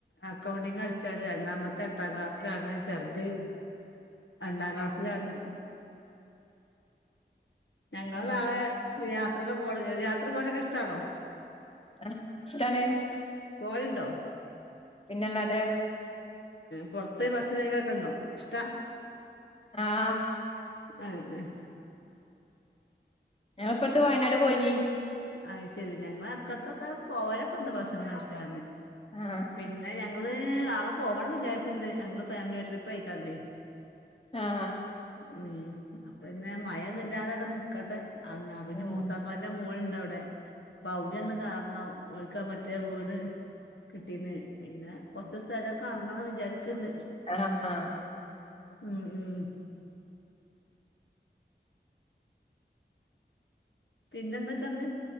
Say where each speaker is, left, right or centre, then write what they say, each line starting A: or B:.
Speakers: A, on the left (about 80°); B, on the left (about 30°).
A: അക്കൗണ്ടിങ് പഠിച്ചാണ് രണ്ടാമ ത്തെട്ടാം ക്ലാസിലാണ് ചെർത്- രണ്ടാം ക്ലാസിലാണ് ഞങ്ങള്
B: ആ
A: നാളെ- യാത്രൊക്കെ പോണങ്കി യാത്ര പോവാനോക്കെ ഇഷ്ടാണോ?
B: ആഹ് ഇഷ്ടാണ്-
A: പോവല്ണ്ടോ?
B: പിന്നല്ലാതെ-
A: പുറത്തോയി ഭക്ഷണം കയിക്കലൊക്കെ ഉണ്ടോ? ഇഷ്ടാ
B: ആഹ്
A: ഏഹ് ഏഹ്
B: ഞങ്ങള് ഇപ്പട്ത്ത് വയനാട് പോയീനി
A: ആ്ഹ ശരി ഞങ്ങള് എടക്കൊക്കെ പോവലൊക്കെ ഉണ്ട് ഭക്ഷണം കഴിച്ചാ
B: ആ
A: പിന്നെഞ ഞങ്ങള് നാളെ പോവണന്ന് വിചാരിച്ചിണ്ട് ഞങ്ങളെ ഫാമിലി ട്രിപ്പ് ആയിക്കാണ്ടേ
B: ആ
A: ഉം അപിന്നെ മയൊന്നുല്ലാതെ അവ്ടെ നിക്കട്ടെ ആഹ് പിന്നെ
B: ഉം
A: മൂത്താപ്പാന്റെ മോള് ഇണ്ട് അവിടെ അപ്പൊ അവിടൊന്നും കേറണം ഓൽക്ക മറ്റ മറ്റേ വീട് കിട്ടീന്ന് പിന്നെ കൊറച്ച് സ്ഥലൊക്കെ വാങ്ങണം വിചാരിക്ക്ണ്ട്
B: ആഹ് ആഹ്
A: ഉം ഉം. പിന്നെ എന്തൊക്കെയുണ്ട്?